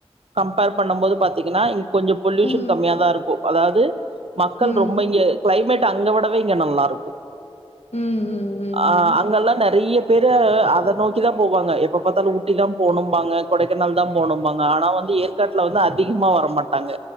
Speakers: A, on the right (about 65°); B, on the left (about 80°).
A: கம்பேர் பண்ணமோது பாத்தீங்கன்னா இங் கொஞ்சம் பொல்யூஷன்
B: ம்,
A: கம்மியா தா இருக்கும் அதாவது மக்கள்
B: ம்,
A: ரொம்ப இங்க கிளைமேட் டு அங்க விடவே இங்க நல்லா இருக்கும்
B: ம் ம் ம்,
A: ஆ
B: ம்.
A: அங்கெல்லா நெறையா பேரு அத நோக்கிதா போவாங்க எப்ப பாத்தாலு ஊட்டி தா போனும்பாங்க கொடைக்கானல் தா போனும்பாங்க ஆனா வந்து ஏற் காட்ல வந்து அதிகமா வரமாட்டாங்க